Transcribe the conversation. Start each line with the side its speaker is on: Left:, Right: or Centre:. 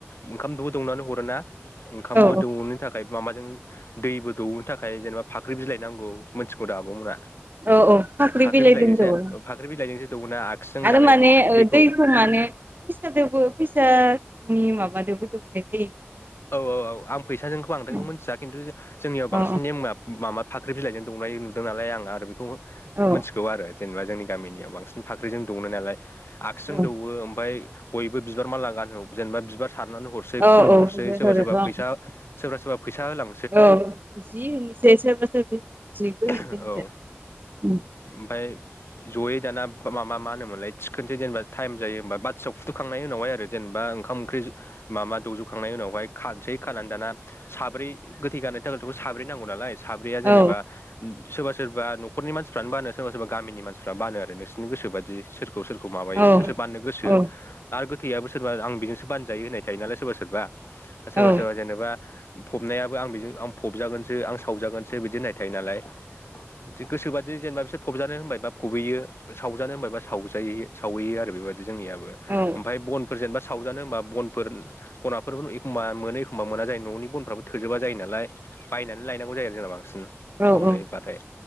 Left: ओंखामबो दौनानै हरो ना ओंखामबो
Right: औ
Left: दौनो था खाय माबाजों दैबो दौनो थाखाय जेनेबा फाख्रि बिलाइनांगौ मोनथिगौ दा आब' मोना?
Right: औ औ
Left: फाख्रि
Right: बिलाइ
Left: बिलाइजोंसो
Right: दोनदोवो
Left: ओ फाख्रि बिलाइजोंसो दौओना आगसिजों
Right: आरो
Left: दालाय
Right: माने
Left: दैखौ
Right: माने फैसादोबो फैसानि माबादोबो दौनाय जायो।
Left: औ औ औ आं फैसाजोंखौ बांद्रायखौ
Right: अ
Left: मिन्थिया खिन्थु जो जोंनियाव
Right: अ
Left: बांसिन नेमा माबा फाख्रि बिलाइजों दौनाय नुदों नालाय आं आरो बेखौ
Right: औ
Left: मिथिगौ आरो। जेनेबा जोंनि गामिनियाव बांसिन फाख्रिजों दौओ नालाय आगसिजों
Right: औ
Left: दौओ ओमफ्राय बयबो बिबार माला गानहो जेनेबा बिबार सारनानै हरसै
Right: औ
Left: खुलुम
Right: होदो
Left: हरसै। सोरबा सोरबा फैसा सोरबा सोरबा फैसा होलां
Right: औ जि होनसै सोरबा सोरबि जिबो होयो
Left: औ
Right: जोंनिजा उम।
Left: ओमफाय जयै दाना माबा मा होनोमोनलाय थिखोनोसै जेनेबा टाइम जायो होनबा बाथियाव फुथुखांनाय उनाव हाय आरो जेनेबा ओंखाम ओंख्रि माबा दौजोबखांनायनि उनावहाय। खानसै खानानै दाना साब्रै गोथै गारनायनि थाखायथ' साब्रै नांगौ नालाय साब्रैया जेनेबा
Right: औ
Left: उम सोरबा सोरबा न'खरनि मानसिफ्रानो बानो सोरबा सोरबा गामिनि मानसिफ्रा बानो आरो नोंसोरनि गोसोबादि सोर खौ सोरखौ माबायो
Right: औ
Left: सोर सोर बाननो गोसो
Right: औ
Left: आरो गोथैयाबो सोरबा आं बेजोंसो बानजायो होनाय थायो नालाय सोरबा सोरबा सोरबा
Right: औ
Left: सोरबा जेनेबा फबनायाबो आं बेजों आं फबजागोनसो आं सावजागोनसो बिदि होननाय थायो नालाय। दि गोसोबादि जेनेबा बिसोर फबजानो होनबायबा फबहैयो सावजानो होनबायबा सावजाहैयो। सावहैयो आरो बेबायदि जोंनियाबो
Right: औ
Left: ओमफाय बनफोर जेनेबा सावजानो होमबा बनफोर बनाफोर ए खमबा मोनो एखमबा मोना जायो न'नि बनफ्राबो थोजोबा जायो नालाय बायनानै लायनांगौ जायो जोंना बांसिन।
Right: औ
Left: सावनायबाथाय
Right: औ